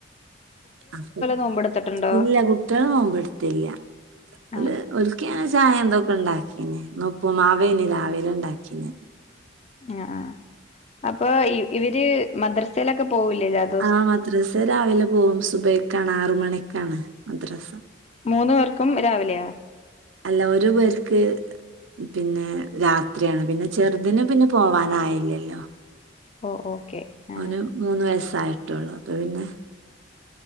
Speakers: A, on the right; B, on the left.
A: അപ്പം
B: നോമ്പെടുത്തിട്ടുണ്ടോ
A: ഇല്ല കുട്ട്യേള് നോമ്പെട്ത്തില്ലാ ഓല്
B: ആഹ്
A: ഓൽക് ക്കി ഞാൻ ചായ ഇതൊക്കെ ഇണ്ടാക്കീന് ഇന്ന് ഉപ്പുമാവേനി രാവിലെ ഇണ്ടാക്കീനത്
B: ആഹ് ആഹ് അപ്പൊ ഇ ഇവര് മദ്രസയിലൊക്കെ പോവൂലേ രാത്
A: ആഹ് മദ്രസേ രാവിലെ പോകും സുബൈക്കാണ് ആറ് മണിക്കാണ് മദ്രസാ
B: മൂന്നു പേർക്കും രാവിലെയാ
A: അല്ല ഒരു പേർക്ക് പിന്നെ രാത്രിയാണ് പിന്നെ ചെറുതിന് പിന്നെ പോവാനായില്ലല്ലോ
B: ഓഹ് ഓക്കെ ആ
A: ഓന് മൂന്ന് വയസ്സായിട്ടുള്ളു അപ്പൊ പിന്നെ